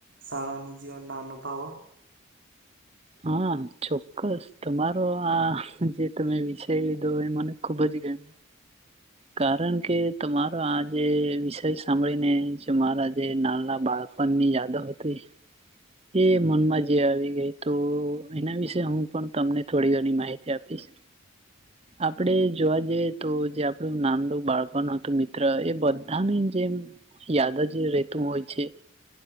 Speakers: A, on the right; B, on the right.
A: શાળાની જીવન ના અનુભવ.
B: હા ચોક્કસ તમારો આ જે તમે વિષય લીધો એ મને ખુબ જ ગમ. કારણ કે તમારો આ જે વિષય સાંભળીનેરા જે નાલના બાળ. ફનની યાદા હતી એ મનમાં જે આવી ગઈ. તો એના વિશે હું પણ તમને થોડી ઘણી માહિતી આપીશ
A: હમ્મ
B: આપડે જોવા જઈએ તો જે આપણું નાડું બાળપણ હતું મિત્ર એ બધાની જેમ યાદ જ રહેેતું હોય છે.